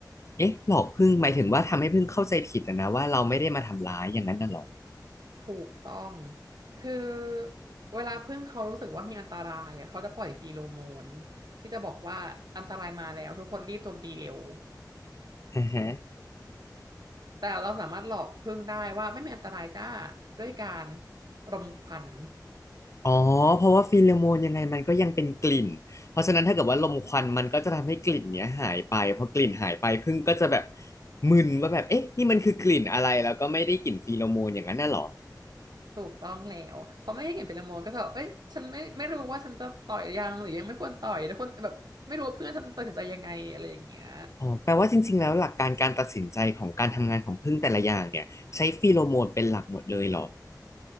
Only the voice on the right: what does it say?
ถูกต้อง คือเวลาพึ่งเขารู้สึกว่ามีอันตรายอ่ะเขาจะปล่อยฟีโรโมนที่จะบอกว่าอันตรายมาแล้วทุกคนรีบโจมตีเร็ว
แต่เราสามารถหลอกพึ่งได้ว่าไม่มีอันตรายจ้าด้วยการรมควัน
ถูกต้องแล้วพอไม่ให้เห็นฟีโรโมนก็จะแบบเอ้ยฉันไม่ไม่รู้ว่าฉันจะต่อยยังหรือยังไม่ควรต่อยทุกคนแบบไม่รู้ว่าเพื่อนฉันตัดสินใจยังไงอะไรอย่างเงี้ย